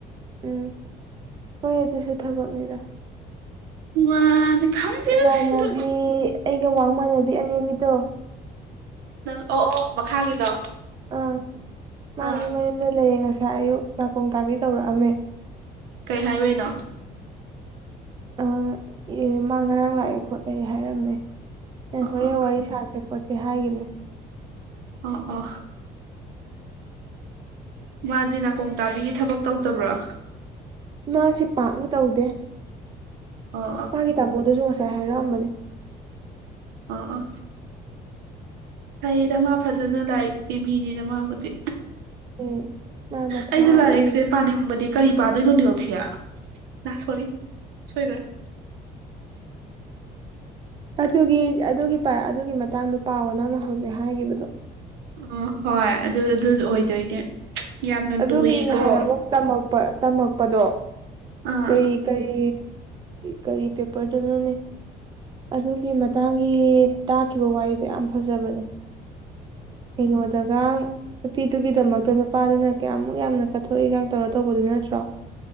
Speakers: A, on the right; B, on the right.
A: ꯎꯝ ꯍꯣꯏ ꯑꯗꯨꯁꯨ ꯊꯕꯛꯅꯤꯗ
B: ꯃꯥꯗꯤ ꯈꯪꯗꯦꯗ
A: ꯏꯃꯥꯟꯅꯕꯤ
B: ꯁꯤꯁꯨ
A: ꯑꯩꯒ ꯋꯥꯃꯥꯟꯅꯕꯤ ꯑꯅꯦꯝꯅꯤꯗꯣ
B: ꯅꯪ ꯑꯣ ꯑꯣ ꯃꯈꯥꯒꯤꯗꯣ
A: ꯑꯥ ꯃꯥꯁꯨ
B: ꯑꯥ
A: ꯃꯌꯨꯝꯗ ꯂꯩꯌꯦ ꯉꯁꯥꯏ ꯑꯌꯨꯛ ꯅꯥꯀꯣꯡ ꯇꯥꯕꯤ ꯇꯧꯔꯛꯑꯝꯃꯦ
B: ꯀꯩ ꯍꯥꯏꯔꯣꯏꯗ
A: ꯑ ꯑꯦ ꯃꯥ ꯉꯔꯥꯡ ꯂꯥꯛꯑꯦ ꯈꯣꯠꯂꯦ ꯍꯥꯏꯔꯝꯃꯦ
B: ꯑꯣ
A: ꯍꯣꯔꯦꯟ ꯋꯥꯔꯤ ꯁꯥꯁꯦ ꯈꯣꯠꯁꯦ ꯍꯥꯏꯈꯤꯕꯅꯦ
B: ꯑ ꯑ ꯃꯥꯗꯤ ꯅꯥꯀꯣꯡ ꯇꯥꯕꯤꯒꯤ ꯊꯕꯛ ꯇꯧꯗꯕ꯭ꯔꯣ
A: ꯃꯥꯁꯦ ꯄꯥꯛꯅ ꯇꯧꯗꯦ
B: ꯑꯣ ꯑꯣ
A: ꯃꯥꯒꯤ ꯇꯥꯃꯣꯗꯁꯨ ꯉꯁꯥꯏ ꯍꯥꯏꯔꯛꯑꯝꯕꯅꯦ
B: ꯑꯣ ꯑ ꯐꯩꯌꯦꯗ ꯃꯥ ꯐꯖꯅ ꯂꯥꯏꯔꯤꯛꯀꯤ ꯃꯤꯅꯤꯅ ꯃꯥꯕꯨꯗꯤ
A: ꯎꯝ ꯃꯥ ꯃꯊꯥꯗ
B: ꯑꯩꯅ ꯂꯥꯏꯔꯤꯛꯁꯦ
A: ꯑꯣꯏꯅ
B: ꯄꯥꯅꯤꯡꯕꯗꯤ ꯀꯔꯤ ꯄꯗꯣꯏꯅꯣ ꯑꯣꯁꯤꯌꯥ ꯁꯣꯔꯤ ꯁꯣꯏꯒ꯭ꯔꯦ
A: ꯑꯗꯨꯒꯤ ꯑꯗꯨꯒꯤ ꯑꯗꯨꯒꯤ ꯃꯇꯥꯡꯗ ꯄꯥꯎꯋ ꯅꯪꯅ ꯍꯧꯖꯤꯛ ꯍꯥꯏꯈꯤꯕꯗꯣ
B: ꯑꯣ ꯍꯣꯏ ꯑꯗꯨ ꯑꯗꯨꯁꯨ ꯑꯣꯏꯗꯣꯏꯅꯦ ꯌꯥꯝꯅ
A: ꯑꯗꯨꯒꯤ
B: ꯂꯨꯏꯀꯣ
A: ꯅꯍꯥꯟ ꯑꯃꯨꯛ ꯇꯝꯃꯛꯄ ꯇꯝꯃꯛꯄꯗꯣ
B: ꯑꯥ
A: ꯀꯩ ꯀꯔꯤ ꯀꯔꯤ ꯄꯦꯄꯔꯗꯨꯅꯣꯅꯦ ꯑꯗꯨꯒꯤ ꯃꯇꯥꯡꯒꯤ ꯇꯥꯈꯤꯕ ꯋꯥꯔꯤꯗꯣ ꯌꯥꯝ ꯐꯖꯕꯅꯦ ꯀꯩꯅꯣꯗꯒ ꯅꯨꯄꯤꯗꯨꯒꯤꯗꯃꯛꯇ ꯅꯨꯄꯥꯗꯨꯅ ꯀꯌꯥꯃꯨꯛ ꯌꯥꯝꯅ ꯀꯠꯊꯣꯛꯏꯒ ꯇꯧꯔ ꯇꯧꯕꯗꯨ ꯅꯠꯇ꯭ꯔꯣ